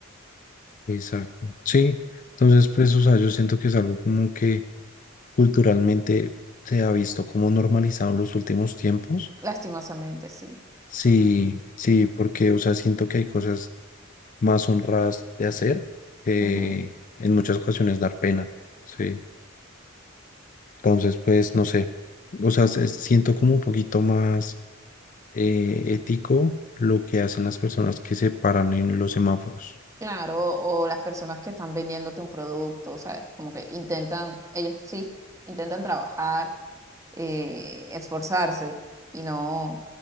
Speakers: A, on the left; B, on the right.
A: Exacto. Sí, entonces pues, o sea, yo siento que es algo como que culturalmente se ha visto como normalizado en los últimos tiempos.
B: Lastimosamente, sí.
A: Sí, sí, porque, o sea, siento que hay cosas más honradas de hacer que
B: Ujú.
A: en muchas ocasiones dar pena. Sí, entonces pues, no sé, o sea, se- siento como un poquito más eh, ético lo que hacen las personas que se paran en los semáforos.
B: Claro, o, o las personas que están vendiéndote un producto, ¿sabes? Como que intentan, ellos sí intentan trabajar eh, esforzarse y no,